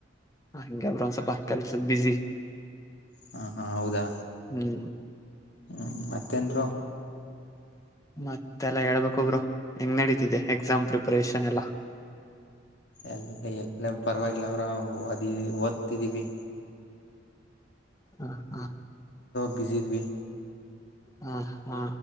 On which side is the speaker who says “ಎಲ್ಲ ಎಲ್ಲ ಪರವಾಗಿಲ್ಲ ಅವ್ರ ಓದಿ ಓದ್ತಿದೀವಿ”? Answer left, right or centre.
Left